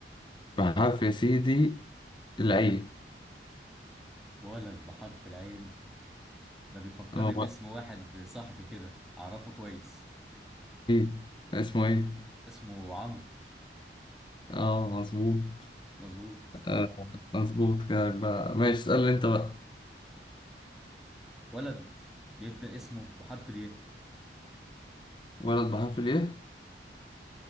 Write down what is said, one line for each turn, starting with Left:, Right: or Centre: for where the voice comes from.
Left: بحرف يا سيدي العين
Centre: ولد بحرف العين ده بيفكرني
Left: هو
Centre: باسم واحد صاحبي كده أعرفه كويس
Left: مين اسمه ايه؟
Centre: اسمه عمرو
Left: اه مظبوط
Centre: مظبوط
Left: آه مظبوط كلامك بقى ماشي اسألني انت بقى
Centre: ولد بيبدأ اسمه بحرف الياء
Left: ولد بحرف الايه